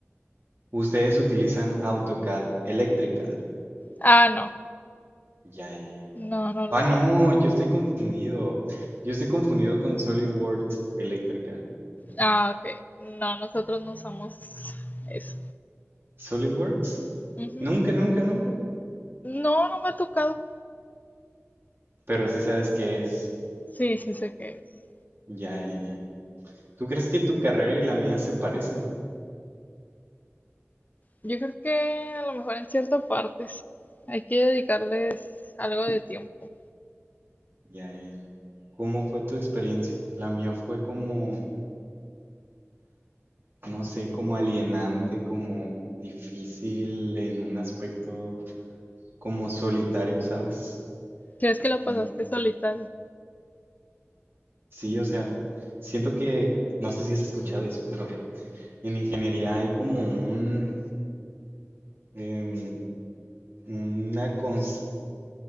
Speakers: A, on the right; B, on the left.
A: ustedes utilizan AutoCAD Electrical.
B: Ah, no.
A: Ya, ya, ya.
B: No, no lo
A: Ah,
B: usamos.
A: no, yo estoy confundido. Yo estoy confundido con SolidWorks Electrical.
B: Ah, ok. No, nosotros no usamos eso.
A: ¿SolidWorks?
B: Ujú.
A: Nunca, nunca, nunca.
B: No, no me ha tocado.
A: Pero sí sabes qué es.
B: Sí, sí sé qué es.
A: Ya, ya, ya. ¿Tú crees que tu carrera y la mía se parecen?
B: Yo creo que a lo mejor en cierta parte sí. Hay que dedicarles algo de tiempo.
A: Ya, ya. ya. ¿Cómo fue tu experiencia? La mía fue como, no sé, como alienante, como difícil en un aspecto como solitario, ¿sabes?
B: ¿Crees que lo
A: Como,
B: pasaste solitario?
A: sí, o sea, siento que, no sé si has escuchado eso, pero En ingeniería hay como un, em, una constante